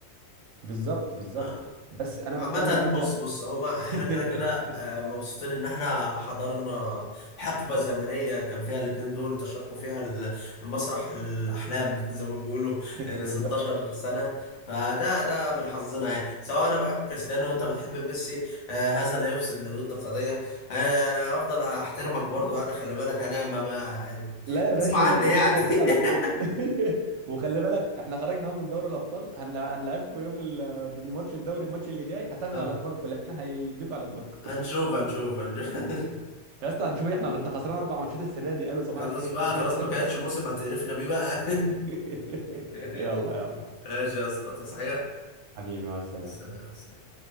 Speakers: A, on the right (about 75°); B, on the left (about 75°).
A: بالظبط بالظبط
B: آه.
A: بس انا
B: عامة
A: بتكلم بقى ك...
B: بص بص هما احنا
A: <laughs>
B: كده كده آه، مبسوطين ان احنا حضرنا حقبة زمنية كان فيها الاتنين دول تشاركوا فيها ال- المسرح الأحلام <laughs> زي ما بيقولوا
A: بالظبط
B: آه، 16 سنة فده ده من حظنا يعني سواء انا بحب كريستيانو وانت بتحب ميسي آه، هذا لا يفسد للود قضية آه، انا هفضل احترمك برضو انا خلي بالك انا ما ما-
A: لا يا باشا
B: غصب عني
A: الاحترام
B: يعني
A: ده موجود على طول
B: <laughs>
A: <laughs> وخلي بالك احنا خرجنا اهو من دوري الابطال هنلع... هنلعبكم يوم ال... في الماتش الدوري الماتش اللي جاي هتاخدوا
B: آه،
A: على دماغكم لكن هيديكوا على دماغكم
B: هنشوف هنشوف هنشوف <laughs>
A: <laughs> يا اسطى هنشوف احنا انت خسران اربع ماتشات السنه دي قالوا صباح
B: خلاص
A: الخير
B: بقى خلاص
A: <laughs>
B: ما كانتش موسم هتقرفنا بيه بقى
A: <laughs>
B: <laughs>
A: يلا يلا
B: ماشي يا اسطى تصحى حاجة
A: حبيبي مع السلامة
B: سلام